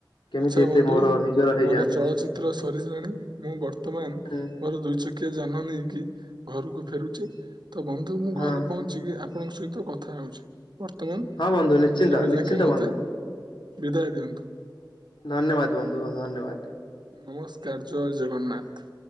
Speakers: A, on the left; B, on the right.
A: କେମିତି
B: ଆଚ୍ଛା
A: ଏତେ
B: ବନ୍ଧୁ
A: ମୋର ନିଜର ହେଇଯାଆନ୍ତି।
B: ମୋର ଚଳଚ୍ଚିତ୍ର ସରିସାଇଲାଣି ମୁଁ ବର୍ତ୍ତମାନ୍ ମୋର
A: ହୁଁ
B: ଦୁଇ ଚ କିଆ ଯାନ ନେଇକି ଘରକୁ ଫେରୁଛି ତ ବନ୍ଧୁ ମୁଁ
A: ହଁ
B: ଘରେ ପହଁ ଚିକି ଆପଣଙ୍କ ସହିତ କଥା ହଉଛି। ବର୍ତ୍ତମାନ
A: ହଁ ବନ୍ଧୁ ନିଶ୍ଚିନ୍ତ
B: ଏବେ
A: ନିଶ୍ଚିନ୍ତ
B: ଯାଇକି ମତେ
A: ବନ୍ଧୁ
B: ବିଦାୟ ଦିଅନ୍ତୁ।
A: ଧନ୍ୟବାଦ ବନ୍ଧୁ ଧନ୍ୟବାଦ।
B: ନମସ୍କାର ଜୟ ଜଗନ୍ନାଥ।